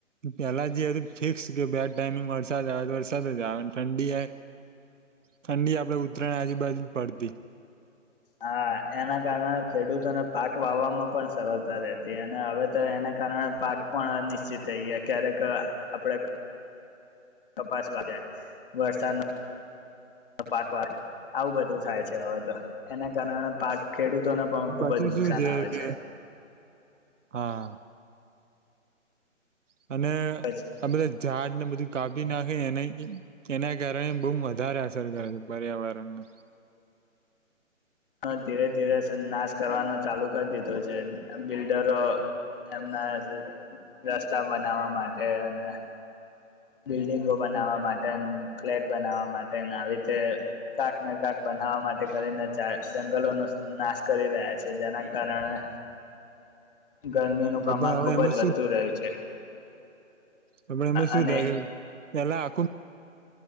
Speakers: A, on the right; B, on the left.
A: પેલા જેું ફિક્સ કે બે ટાઈમિંગ વરસાદ આવે વરસાદ આવેન ઠંડી ઠંડી આપડે ઉત્તરાયણ આજુબાજુ પડતી.
B: હા એના કાર ખેડૂતોને પાક વાવવામાં પણ સરળતા રહેતી અને હવે તો એના કારણે પાક પણ અનિશ્ચિત થઈ ગયા ક્યારેક આપણે કપાસવા જાય વરષા ન <inaudible> આવું બધું થાય છે હવે તો એના કારણે પાક ખેડૂતોને પણ ખુબ
A: પાછું
B: જ નુકસાન
A: શું
B: આવે
A: કે
B: છે
A: હા <inaudible> અને
B: પછી
A: આ બધા ઝાડ ને બધું કાપી નાખે એ એના કારણે બો વધારે અસર કરે છે પર્યાવરણનુ
B: હ ધીરે ધીરે નાશ કરવાનો ચાલુ કરી દીધો છે બિલ્ડરો એમના રસ્તા બનાવવા માટે અને બિલ્ડીંગો બનાવવા માટે ફ્લેટ બનાવવા માટે આવી રીતે કાકને કાક બનાવવા માટે કરીને <unintelligible> જંગલોનો નાશ કરી રહ્યા છે જેના કારણે ગરમીનું
A: પણ
B: પ્રમાણ
A: હવે
B: ખુબ
A: એમાં
B: જ વધતું જાય છે
A: હમણાં એમાં શું
B: અને
A: થાય એમ પેલા